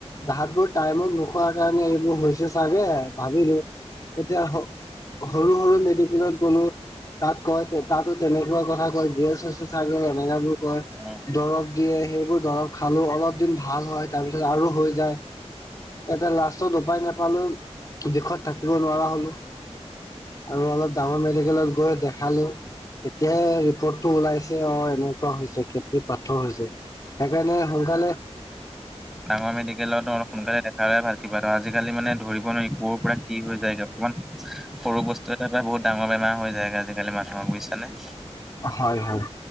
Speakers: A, on the left (about 30°); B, in the centre.
A: ভাতবোৰ টাইমত নোখোৱা কাৰণে এইবোৰ হৈছে চাগে। ভাবিলোঁ, এতিয়া হ সৰু- সৰু মেডিকেলত গ'লো, তাত কয় তাতো তেনেকুৱা কথা কয় গেছ হৈছে চাগে এনেকাবোৰ কয়,
B: অ'
A: দৰৱ দিয়ে, সেইবোৰ দৰৱ খালো অলপ দিন ভাল হয়, তাৰপিছত আৰু হৈ যায়। এটা লাষ্টত উপায় নাপালো, বিষত থাকিব নোৱাৰা হ'লো। আৰু অলপ ডাঙৰ মেডিকেলত গৈ দেখালো। এতিয়াই ৰিপৰ্টটো ওলাইছে অ', এনেকুৱা হৈছে কে <unintelligible> পাথৰ হৈছে, সেইকাৰণে সোনকালে
B: ডাঙৰ মেডিকেলত <unintelligible> সোনকালে <unintelligible> ভাল কিবা এটা, আজি কালি মানে ধৰিব নোৱাৰি ক'ৰ পৰা কি হৈ যায় অকমান সৰু বস্তু এটাৰ পৰা বহুত ডাঙৰ বেমাৰ হৈ যায় গে আজিকালি মানুহৰ বুইচানে।
A: হয়-হয়,